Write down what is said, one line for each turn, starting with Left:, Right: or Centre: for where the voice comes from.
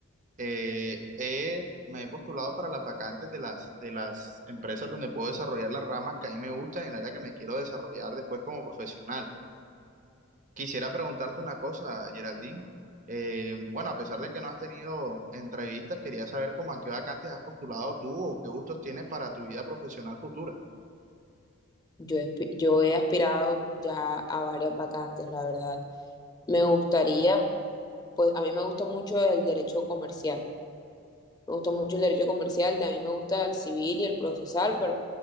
Right: Eh, he- me he postulado para las vacantes de las, de las empresas donde puedo desarrollar las ramas que a mí me gustan y el área que me quiero desarrollar después como profesional. Quisiera preguntarte una cosa, Geraldine. Eh, bueno, a pesar de que no has tenido entrevistas, quería saber cómo a qué vacantes has postulado tú o qué gustos tienes para tu vida profesional futura.
Left: Yo, yo he aspirado ya a varias vacantes, la verdad. Me gustaría, pues a mí me gusta mucho el derecho comercial. Me gusta mucho el derecho comercial, también me gusta el civil y el procesal, pero